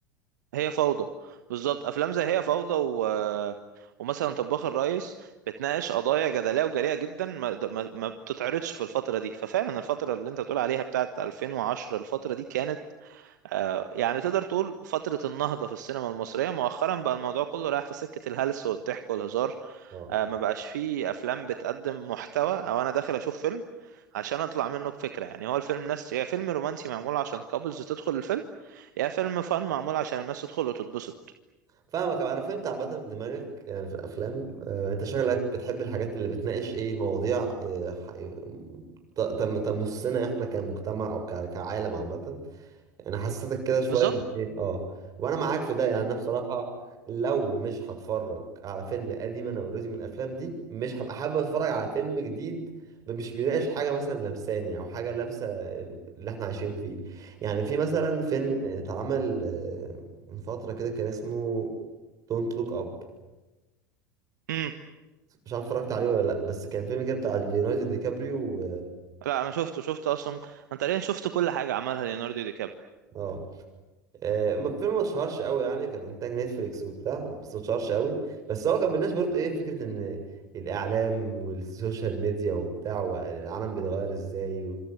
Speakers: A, on the right; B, on the right.
A: هي فوضى بالظبط افلام زي هي فوضى و... ومثلا طباخ الريس بتناقش قضايا جدليه وجريئه جدا ما... ما... ما بتتعرضش في الفتره دي ففعلا الفتره اللي انت تقول عليها بتاعت 2010 الفتره دي كانت آه، يعني تقدر تقول فتره النهضه في السينما المصريه مؤخرا بقى الموضوع كله رايح في سكه الهلس والضحك والهزار
B: اه
A: آه، ما بقاش فيه افلام بتقدم محتوى او انا داخل اشوف فيلم عشان اطلع منه بفكره يعني هو الفيلم ناس يا فيلم رومانسي معمول عشان كابلز تدخل الفيلم يا فيلم فن معمول عشان الناس تدخل وتتبسط
B: فاهمك انا فهمت عامه دماغك يعني في الافلام آه، انت شغلك بتحب الحاجات اللي بتناقش ايه مواضيع آه، ح- آه، ت- تم- تمسنا احنا كمجتمع او ك- كعالم عامه انا حسيتك كده شويه
A: بالظبط
B: من ايه اه وانا معاك في ده يعني انا بصراحه لو مش هتفرج على فيلم قديم انا اوريدي من الافلام دي مش هبقى حابب اتفرج على فيلم جديد مش بيناقش حاجه مثلا لمساني او حاجه لامسه اللي احنا عايشين فيه يعني في مثلا فيلم اتعمل آه، من فتره كده كان اسمه دونت لوك اب
A: امم
B: مش عارف اتفرجت عليه ولا لا بس كان فيلم كده بتاع ليوناردو دي كابريو و...
A: لا انا شفته شفت اصلا انا تقريبا شفت كل حاجه عملها ليوناردو دي كابري
B: اه آه، ما الفيلم ما اتشهرش قوي يعني كان انتاج نتفليكس وبتاع بس ما اتشهرش قوي بس هو كان بالناس برضه ايه فكره ان الاعلام والسوشيال ميديا وبتاع والعالم بيتغير ازاي